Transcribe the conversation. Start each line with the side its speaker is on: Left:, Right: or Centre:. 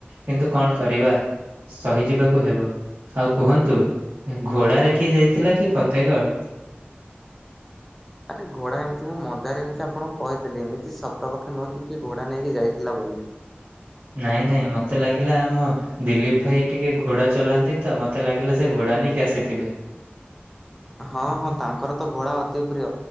Right: କିନ୍ତୁ କଣ କରିବା ସହିଯିବାକୁ ହେବ ଆଉ କୁହନ୍ତୁ ଘୋଡାରେ କିଏ ଯାଇଥିଲା
Centre: ହୁଁ
Right: କି ପତେଗଡ଼।
Centre: ଆରେ ଘୋଡା ଏମିତି ମୁଁ ମଜାରେ ଏମିତି ଆପଣଙ୍କୁ କହିଦେଲି ଏମିତି ସତ କଥା ନୁହଁ କି ଘୋଡା ନେଇକି ଯାଇଥିଲା ବୋଲି। ଆଲୋ।
Right: ନାଇଁ ନାଇଁ ମତେ ଲାଗିଲା ଆମ ଦିଲ୍ଲୀପ ଭାଇ ଟିକେ ଘୋଡ଼ା ଚଲାନ୍ତି ତ ମତେ ଲାଗିଲା ସେ ଘୋଡ଼ା ନେଇ ଆସିଥିବେ।
Centre: <unintelligible> ହଁ ହଁ ତାଙ୍କର ତ ଘୋଡା ଅଧିକ ପ୍ରିୟ,